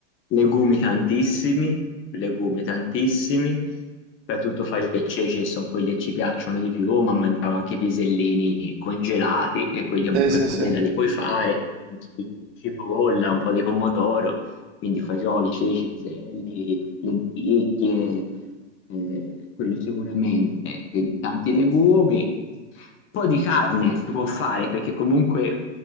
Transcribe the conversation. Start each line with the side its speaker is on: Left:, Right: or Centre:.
Left: Legumi tantissimi, legumi tantissimi, soprattutto faglie e ceci che sono quelli che ci piacciono di più, ma mangiamo anche i pisellini congelati, che quelli comunque
Right: Sì, sì,
Left: in padella
Right: sì.
Left: li puoi fare, un po' di cipolla, un po' di pomodoro quindi fagioli, ceci, piselli, lenticchie, eh, quello sicuramente, eh, quindi tanti legumi. Un po' di carne si può fare perché comunque